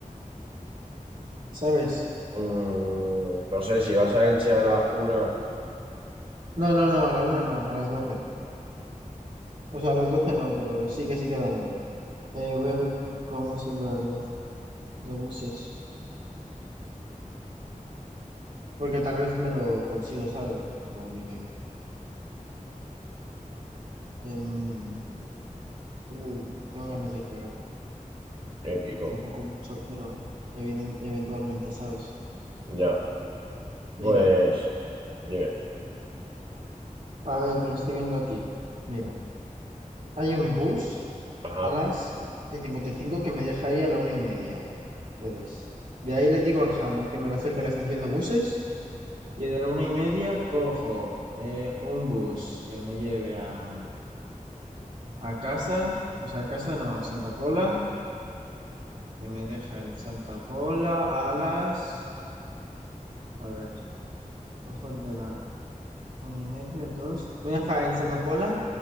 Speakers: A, on the right (about 65°); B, on the right (about 40°).
A: ¿sabes?
B: Mm, no sé, si vas a Elche a la una,
A: No, no, no, a la una no, a las doce. O sea, a las doce no, pero sí que sí que a la una. Eh, voy a ver cómo es el horario de buses, porque tal vez me lo consigo, ¿sabes? Tipo, de que, em, uy, tengo ganas de cagar.
B: épico.
A: Tampoco mucho, pero eviden- eventualmente, ¿sabes?
B: Ya,
A: Mira,
B: pues... Dime.
A: a ver, que lo estoy viendo aquí. Mira, hay un bus
B: Ajá,
A: a las 55 que me deja ahí a la una y media. Entonces, de ahí le digo al jambo que me lo acerque a la estación de buses y de la una y media cojo eh, un bus que me lleve a, a casa, o sea, a casa no, a Santa Pola, que me deja en Santa Pola a las... A ver, cojo el de la una y media, dos. Me deja en Santa Pola.